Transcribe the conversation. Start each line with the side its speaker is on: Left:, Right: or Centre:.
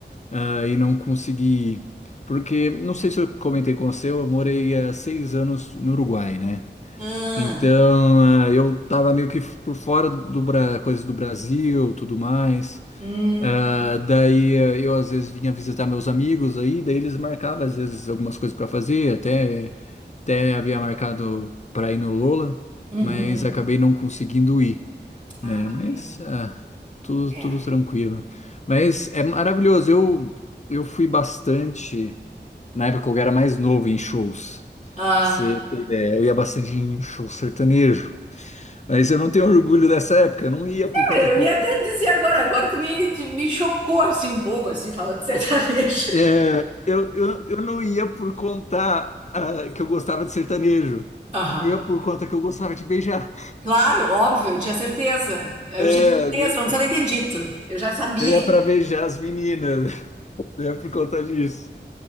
Left: ah, e não consegui ir. Porque, não sei se eu comentei com você, eu morei há seis anos no Uruguai, né?
Right: Ah,
Left: Então, ah, eu tava meio que por fora do, Bra- coisas do Brasil, tudo mais.
Right: hum,
Left: Ah, daí eh, eu às vezes vinha visitar meus amigos aí, daí eles marcavam às vezes algumas coisas para fazer, até até havia marcado para ir no Lola,
Right: uhum.
Left: mas acabei não conseguindo ir,
Right: Ah,
Left: né?
Right: que
Left: Mas
Right: pena.
Left: ah, tudo
Right: É.
Left: tudo tranquilo. Mas é maravilhoso. Eu eu fui bastante na época que eu era mais novo em shows.
Right: Ah,
Left: Pra Você ter ideia, eu ia bastante em show sertanejo. Mas eu não tenho orgulho dessa época, eu não ia por conta
Right: É, eu
Left: que
Right: ia
Left: eu
Right: até dizer agora, agora tu me, tu me chocou assim um pouco, assim, falando <laughs> de sertanejo.
Left: É, eu, eu, eu não ia por conta ah, que eu gostava de sertanejo.
Right: Aham.
Left: Eu ia por conta que eu gostava de beijar.
Right: Claro, óbvio, eu tinha certeza. Eu
Left: É,
Right: tinha certeza, não precisa nem ter dito. Eu já sabia.
Left: eu ia para beijar as meninas. Eu ia por conta disso.